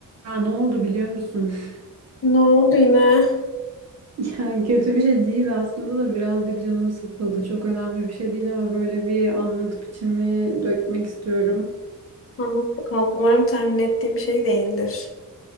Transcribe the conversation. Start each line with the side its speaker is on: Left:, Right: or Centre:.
Right: Ya ne oldu biliyor musun? <laughs>
Left: Ne oldu yine?
Right: Yani kötü bir şey değil aslında da birazcık canım sıkıldı. Çok önemli bir şey değil ama böyle bir anlatıp içimi dökmek istiyorum.
Left: Anlat bakalım. Umarım tahmin ettiğim şey değildir.